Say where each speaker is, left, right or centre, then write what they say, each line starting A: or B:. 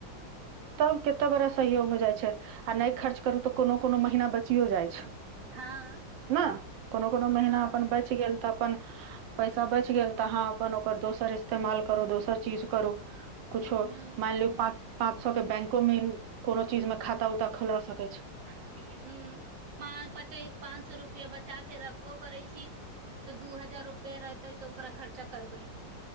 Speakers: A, on the right; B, on the right.
A: तब कते बरा सहयोग हो जाइ छै आ नहि खर्च करू तऽ कोनो कोनो महीना बचियो जाइ छै
B: हँ
A: न कोनो कोनो महिना
B: हँ
A: अपन बच गेल तऽ अपन पैसा बचि गेल तऽ हाँ अपन ओकर दोसर इस्तेमाल करो दोसर चीज करो कुछो
B: हूँ
A: माइन लियौ पाँ- पाँच सौ के बैंको मे कोनो चीज मे खा- उता खोला सकै छै
B: ह प पच पाँच सए रुपआ बचा क रखबो करै छी तऽ दू हजार रुपआ रहतै तऽ ओकरा खर्चा करबै